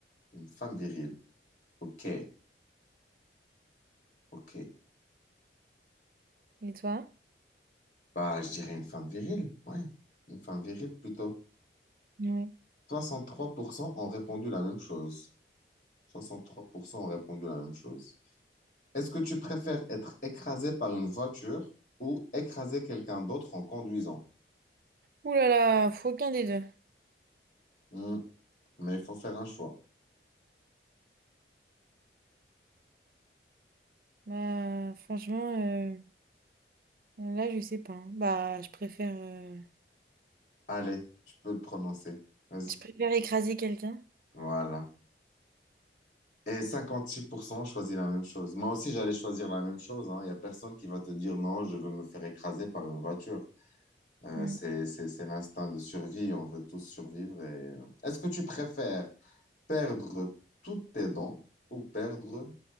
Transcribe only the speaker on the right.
Et toi?
Oui.
Ouh là là, faut aucun des deux.
Bah, franchement, euh, là, je sais pas. hein. Bah, je préfère... euh,
Je préfère écraser quelqu'un.
Hmm.